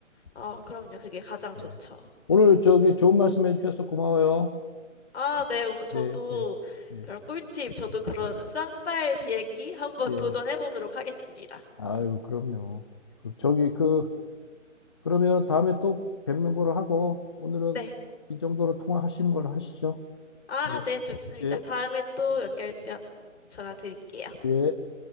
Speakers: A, on the left (about 55°); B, on the left (about 20°).
A: 어, 그럼요. 그게 가장
B: 네.
A: 좋죠.
B: 오늘 저기 좋은 말씀 해주셔서 고마워요.
A: 아, 네. 오늘 저도
B: 네, 네, 예,
A: 그런 꿀팁, 저도 그런 쌍발 비행기 한번
B: 예.
A: 도전해 보도록 하겠습니다.
B: 아유, 그럼요. 그 저기 그 그러면 다음에 또 뵙는 거로 하고 오늘은
A: 네.
B: 이 정도로 통화하시는 걸로 하시죠.
A: 아,
B: 예,
A: 네, 좋습니다.
B: 예,
A: 다음에 또 연결, 연, 전화 드릴게요.
B: 예.